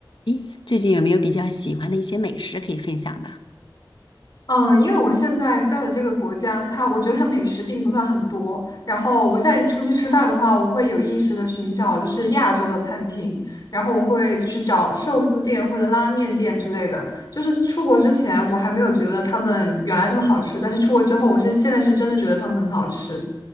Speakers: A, on the left (about 80°); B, on the left (about 50°).
A: 咦，最近有没有比较喜欢的一些美食可以分享的？
B: 嗯，因为我现在在的这个国家，它我觉得它美食并不算很多。然后我现在出去吃饭的话，我会有意识的寻找就是亚洲的餐厅，然后我会就是找寿司店或者拉面店之类的。就是出国之前我还没有觉得他们原来这么好吃，但是出国之后，我是现在是真的觉得他们很好吃。